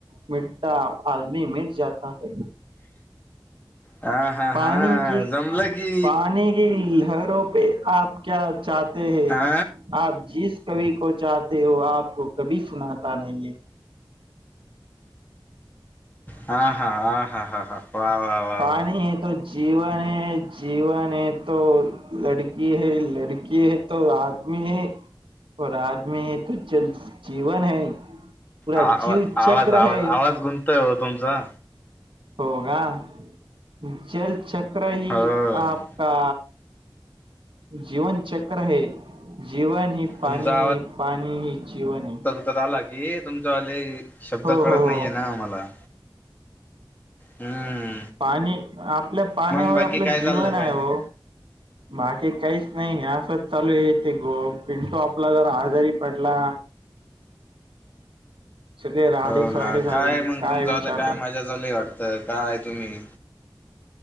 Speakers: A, on the right (about 75°); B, on the left (about 20°).
A: मिटता आदमी मिट जात है.
B: हा हा
A: पानी
B: हा
A: की
B: जमलं की
A: पानी की लहरों पे आप क्या चहते है
B: हा
A: आप जिस कवी को चहते हो आपको कभी सुनाता नाहीे
B: हा हा हा हा हा हा वा वा. वा
A: पाणी
B: वा
A: हे तो जीवन है जीवन है तो लडकी है लडकी है तो आदमी है और आदमी हे तो जल जीवन है. पूरा
B: आवा
A: जीव चक्र
B: आवाज आवाज
A: है
B: आवाज घुमतोय ओ तुमचा.
A: हो का जलचक्र ही
B: हो
A: आपका जीवन चक्र है जीवन ही पाणी
B: तुमचा
A: है पाणी ही जीवन है.
B: झाला कि तुमचा वाले शब्द
A: हो
B: कळत
A: हो
B: नाहीये
A: हो
B: ना आम्हाला हम्म
A: पाणी आपल्या पाण्यावर
B: मग बाकी
A: आपलं
B: काय
A: जीवन
B: चाललं काय
A: आहे ओ.
B: नाही
A: बाकी काहीच नाही असंच चालू येते गो पिंटो आपला जर आजारी पडला. सगळे राडे
B: हो का
A: राडे झाले
B: काय मग तुमच चालं
A: विचारता
B: काय मजा चाललय वाटतं. काय तुम्ही